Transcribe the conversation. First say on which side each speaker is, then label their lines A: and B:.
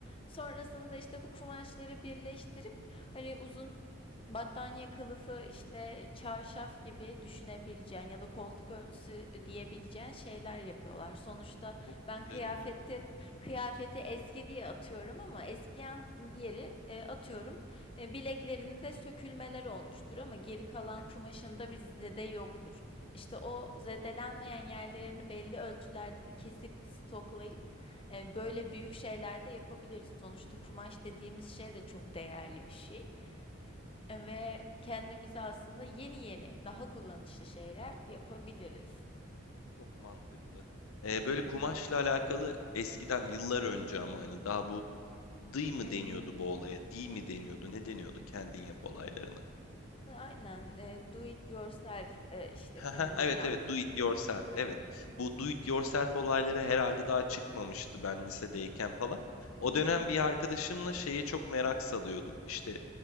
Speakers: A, on the left; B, on the left.
A: Sonrasında işte bu kumaşları birleştirip hani uzun Battaniye kılıfı, işte çarşaf gibi düşünebileceğin ya da koltuk örtüsü diyebileceğin şeyler yapıyorlar. Sonuçta
B: çok
A: ben
B: güzel
A: kıyafeti
B: olur.
A: kıyafeti eski diye atıyorum ama eskiyen diğeri e, atıyorum. E, bileklerinde sökülmeler olmuştur ama geri kalan
B: Evet
A: kumaşında bir zede yoktur. İşte o zedelenmeyen
B: evet
A: yerlerini belli ölçülerde kesip stoklayıp e, böyle büyük şeyler de yapabiliriz. Sonuçta kumaş dediğimiz şey de çok değerli bir şey ve kendimize aslında yeni yeni daha kullanışlı şeyler yapabiliriz.
B: çok mantıklı. Ee,
A: Evet.
B: böyle kumaşla alakalı eskiden yıllar önce ama hani daha bu Dıy mı
A: Hı hı.
B: deniyordu bu olaya? Diy mi deniyordu? Ne deniyordu kendin yap olaylarına?
A: Aynen. e, do it yourself e, işte
B: Haha,
A: kendin
B: Evet
A: yap.
B: evet do it yourself evet. Bu do it yourself olayları herhalde daha çıkmamıştı ben lisedeyken falan. O
A: Hı
B: dönem
A: hı.
B: bir arkadaşımla şeye çok merak salıyorduk. İşte